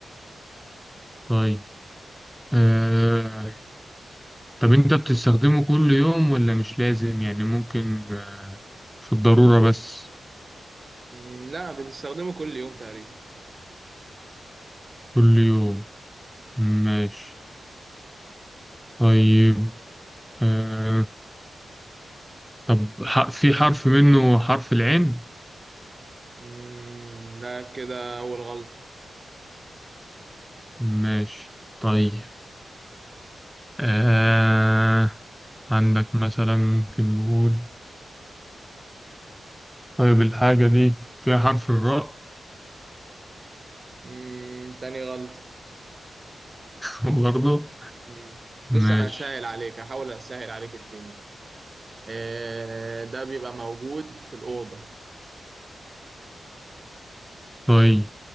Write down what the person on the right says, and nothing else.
مم لا بتستخدمه كل يوم تقريبا
مم لا كده أول غلطة
مم تاني غلطة
مم بص
أنا هسهل عليك هحاول أسهل عليك الدنيا آه ده بيبقى موجود في الأوضة